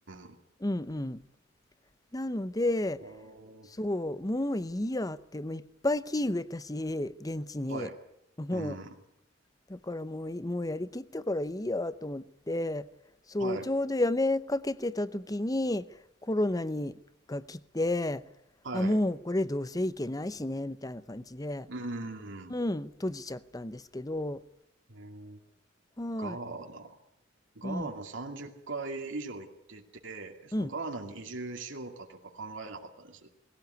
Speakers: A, on the right; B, on the left.
A: ーん。
B: うんうん。なので、
A: あー
B: そう、もういいやって、もういっぱい木植えたし、現地に。
A: はい。
B: もう、
A: うーん。
B: だからもうい、もうやりきったからいいやと思って、そう、
A: はい。
B: ちょうどやめかけてた時にコロナにが来て、
A: はい。
B: あ、もうこれどうせいけないしね、みたいな感じで。
A: うー
B: うん、
A: ん。
B: 閉じちゃったんですけど、
A: えー、
B: はい、
A: ガーナ。ガーナ30回以上行ってて、
B: うん、
A: そのガーナに移住しようかとか考えなかったんです。
B: うん。